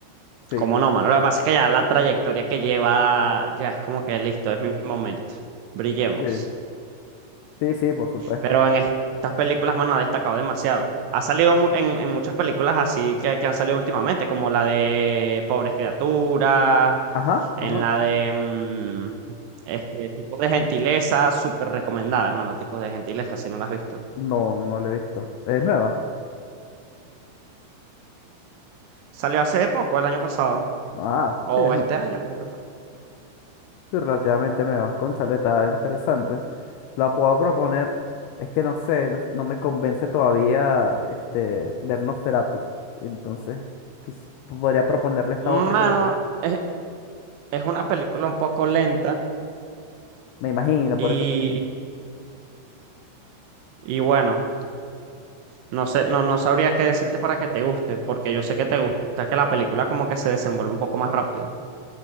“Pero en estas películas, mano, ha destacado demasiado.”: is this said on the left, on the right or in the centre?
Right